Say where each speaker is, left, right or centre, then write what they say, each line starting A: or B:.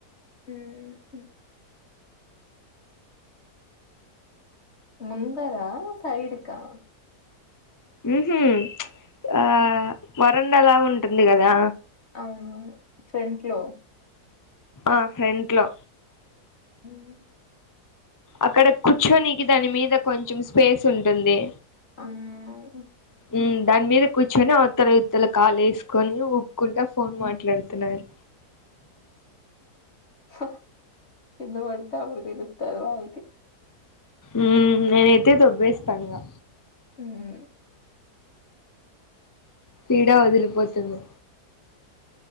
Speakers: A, on the left (about 40°); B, on the left (about 20°).
A: హుమ్ ముందరా సైడుకా
B: హుహుమ్ ఆ వరండలా ఉంటుంది కదా
A: అవును ఫ్రంట్ లో
B: ఆ ఫ్రెంట్లో
A: అ
B: అక్కడ కూర్చొనికి దాని మీద కొంచెం స్పేస్ ఉంటుంది.
A: అవునా
B: ఉమ్ దాని మీద కూర్చొని అవతల ఇవతల కాలేస్ కని ఊప్కుంటా ఫోన్ మాట్లాడుతున్నారు
A: హా కిందపడితే అప్పుడు తెలుతాది వాళ్ళకి
B: ఉమ్ నేనైతే దొబ్బేస్తా ఇంగా
A: ఉమ్
B: పీడా వదిలిపోతుంది.